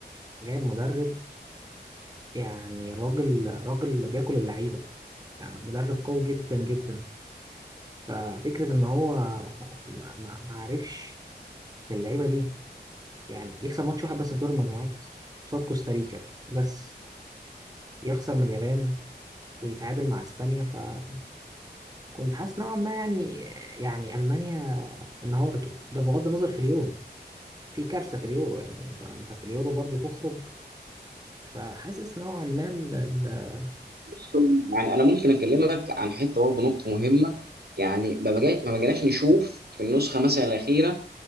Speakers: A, on the right; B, on the right.
A: جايب مدرب يعني راجل راجل بياكل اللعيبه يعني مدرب قوي جدا جدا ففكرة إن هو ما ما- ما عرفش باللعيبة دي يعني يكسب ماتش واحد بس في دور المجموعات قصاد كوستاريكا بس يخسر من اليابان ويتعادل مع إسبانيا فكنت حاسس نوعا ما يعني يعني ألمانيا انهارت ده بغض النظر في اليورو في كارثة في اليورو يعني أنت أنت في اليورو برضو تخرج فحاسس نوعا ما ال- ال-
B: بص، يعني انا ممكن اكلمك عن حته برضه نقطه مهمه يعني ما بجا- ما بقيناش نشوف في النسخه مثلا الاخيره